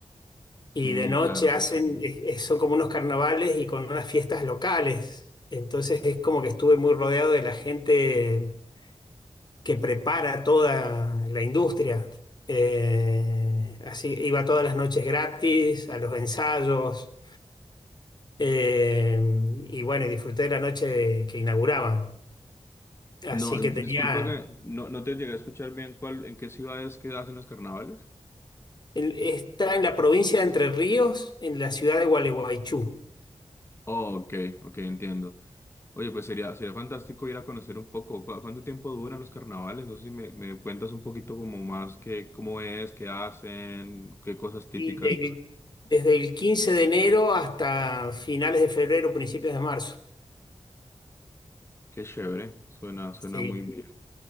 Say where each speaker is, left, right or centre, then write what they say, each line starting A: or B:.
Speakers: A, on the left (about 40°); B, on the left (about 25°).
A: Y
B: Mm,
A: de noche
B: claro
A: hacen,
B: que sí.
A: es- es- son como unos carnavales y con unas fiestas locales. Entonces es como que estuve muy rodeado de la gente que prepara toda la industria. Eh, así iba todas las noches gratis, a los ensayos. eh, y bueno, y disfruté de la noche de- que inauguraban. Así
B: No, eh,
A: que tenía,
B: disculpa que no, no te llegué a escuchar bien cuál, en qué ciudades que hacen los carnavales.
A: el- está en la provincia de Entre Ríos, en la ciudad de Gualeguaychú.
B: Oh, ok, ok, entiendo. Oye, pues sería, sería fantástico ir a conocer un poco. ¿Cu- ¿Cuánto tiempo duran los carnavales? No sé si me, me cuentas un poquito como más que cómo es, qué hacen, qué cosas típicas.
A: Y del- desde el 15 de enero hasta finales de febrero, principios de marzo.
B: Qué chévere, suena, suena
A: Sí,
B: muy bien.